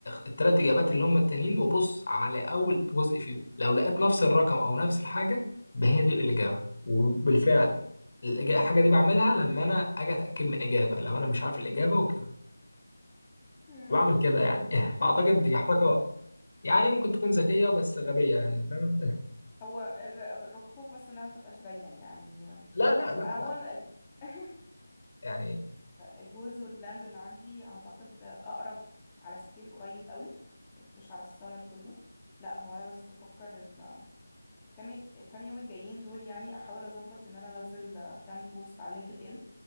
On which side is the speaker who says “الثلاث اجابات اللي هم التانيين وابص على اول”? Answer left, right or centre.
Left